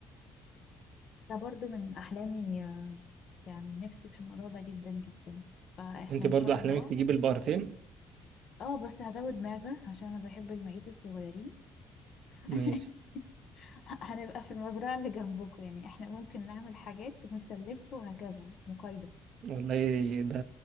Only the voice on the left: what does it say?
ده برضو من أحلامي آه، يعني نفسي في الموضوع ده جدا جدا فاحنا
إن
شاء
الله
اه بس هزود معزة عشان أنا بحب المعيز الصغيرين <laughs>
هنبقى في المزرعة اللي جنبكم يعني احنا ممكن نعمل حاجات ونسلفكم وهكذا مقايضة